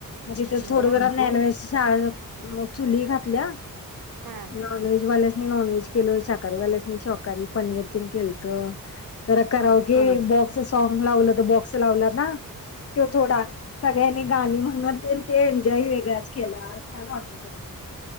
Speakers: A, on the left; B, on the right.
A: मग तिथे
B: मग
A: थोड जरा नॉनव्हेज छान मग चुली खातल्या
B: ह
A: नॉनव्हेज वाल्या स मी नॉनव्हेज केल शाक कारी वाल्यासनी शाकारी पनीर तेन केलत. तर कराओ
B: ह
A: गे बॉक्सच सॉग लावलं तर बॉक्स लावनार ना ते थोडा सगळ्यांन गाणी म्हणत ते एन्जॉय वेगळाच केला छान वाटलं खरं.